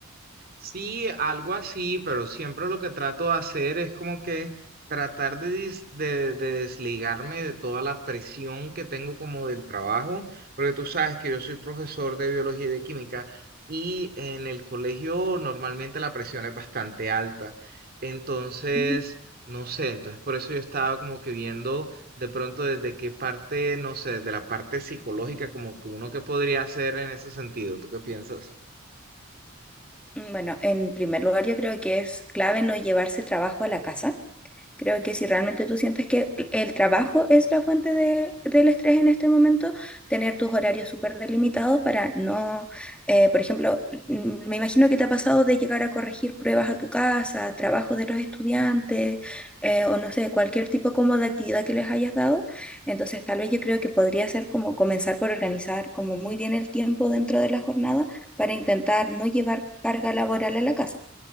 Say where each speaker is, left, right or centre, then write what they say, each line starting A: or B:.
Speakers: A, on the right (about 45°); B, in the centre.
A: Sí, algo así, pero siempre lo que trato de hacer es como que tratar de, dis- de, de desligarme de toda la presión que tengo como del trabajo, porque tú sabes que yo soy profesor de biología y de química y en el colegio normalmente la presión es bastante alta. Entonces,
B: Ujú.
A: no sé, entonces por eso yo estaba como que viendo de pronto desde qué parte, no sé, desde la parte psicológica, como que uno que podría hacer en ese sentido. ¿Tú qué piensas?
B: Bueno, en primer lugar yo creo que es clave no llevarse trabajo a la casa. Creo que si realmente tú sientes que el trabajo es la fuente de- del estrés en este momento, tener tus horarios súper delimitados para no, eh, por ejemplo, mm, me imagino que te ha pasado de llegar a corregir pruebas a tu casa, trabajos de los estudiantes, eh, o no sé, cualquier tipo como de actividad que les hayas dado. Entonces, tal vez yo creo que podría ser como comenzar por organizar como muy bien el tiempo dentro de la jornada para intentar no llevar carga laboral a la casa.